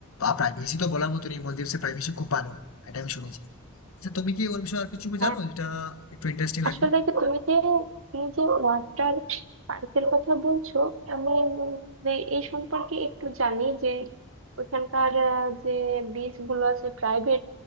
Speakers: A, on the left; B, on the right.
A: প্রাইভেসি তো বলার মতো নেই মলদ্বীপের প্রাইভেসি খুব ভালো এটা আমি শুনেছি আচ্ছা তুমি কি ওর বিষয়ে আর কিছু
B: হ্যাঁ
A: জানো যেটা একটু ইন্টারেস্টিং লাগবে
B: আসলে যে তুমি যে তুমি যে ওয়াটার পার্কের কথা বলছো আমি উম যে এই সম্পর্কে একটু জানি যে ওইখানকার আহ, যে বিচ গুলো আছে প্রাইভেট